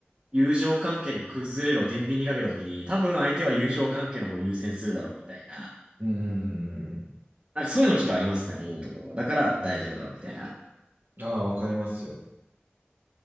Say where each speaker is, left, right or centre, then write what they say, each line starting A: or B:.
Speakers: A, on the right (about 30°); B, on the right (about 60°).
A: 友情関係が崩れるを天秤にかけたときに、多分相手は友情関係の方を優先するだろうみたいな。
B: うん、うんうんう
A: なんかそういうのちょっとありますね、思うところは。だから大丈夫だろうみたいな。
B: ん。ああ、わかりますよ。